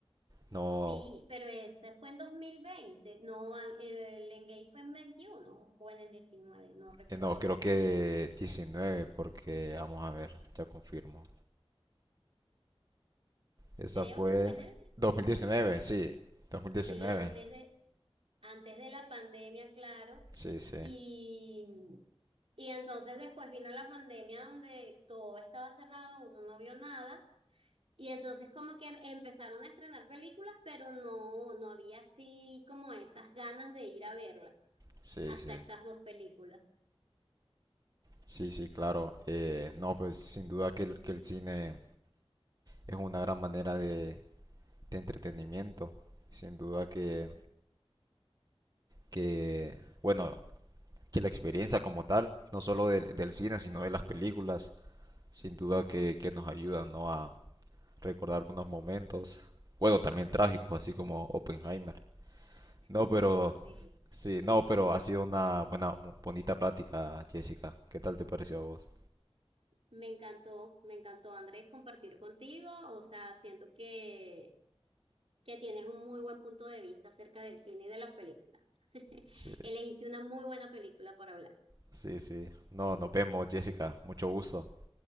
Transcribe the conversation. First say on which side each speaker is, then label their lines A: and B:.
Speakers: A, on the right; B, on the right.
A: No,
B: Sí, pero ese fue en 2020, no, eh, el Engage fue en 21 o en el 19, no recuerdo.
A: eh, no, creo que 19, porque vamos a ver, ya confirmo. Esa
B: Creo
A: fue
B: que fue en el 19.
A: 2019, sí, 2019.
B: Sí, antes de, antes de la pandemia, claro.
A: Sí, sí,
B: Y, y entonces después vino la pandemia donde todo estaba cerrado, uno no vio nada. Y entonces como que empezaron a estrenar películas, pero no, no había así como esas ganas de ir a verla,
A: sí,
B: hasta
A: sí.
B: estas dos películas.
A: Sí, sí, claro. Eh, no, pues sin duda que el, que el cine es una gran manera de, de entretenimiento. Sin duda que,
B: Claro.
A: que, bueno, que la experiencia como tal, no solo del, del cine, sino de las películas sin duda que, que nos ayuda ¿no? a recordar unos momentos, bueno, también trágicos, así como Oppenheimer. No,
B: <laughs>
A: pero
B: Sí,
A: sí, no, pero ha sido una buena, mu- bonita plática, Jessica. ¿Qué tal te pareció a vos?
B: me encantó, me encantó Andrés compartir contigo, o sea, siento que que tienes un muy buen punto de vista acerca del cine y de las películas. <laughs>
A: Sí,
B: Elegiste una muy buena película para hablar.
A: sí, sí. No, nos vemos, Jessica. Mucho gusto.